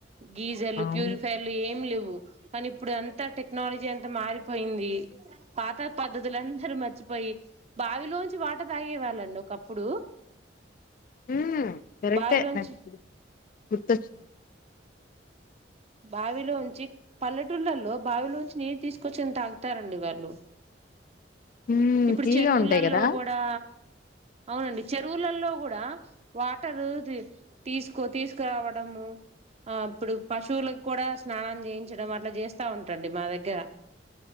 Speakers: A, on the right; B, on the left.
A: గీజర్లు
B: అవును
A: ప్యూరిఫైర్లు ఎమ్ లేవ్ వు కానీ ఇప్పుడు ఏంత టెక్నాలజీ ఏంత మారిపోయింది పాత పద్ద్తులుందరు మర్చి పోయి బావిలోంచి వాటర్ తాగేవాళ్ళండి ఒకప్పుడు
B: ఉమ్మ్ గరెక్టే
A: బావిలోంచి
B: నా గ్ గుర్తొచింది
A: బావిలోంచి పల్లెటూళ్లల్లో బావిలోంచి నీలు తీసుకొచ్చి తాగుతారండి వాళ్ళు
B: హ్మ్
A: ఇప్పుడు
B: తీయగా
A: చెరువులల్లో
B: ఉంటాయి కదా
A: గూడా అవునండి చెరువులలో గూడా వాటరు తీసుకో తీస్కరావడము అప్పుడు పశువులకు కోడా స్నానం జేయించడం అట్లా జేస్తా ఉంటండి మా దగ్గర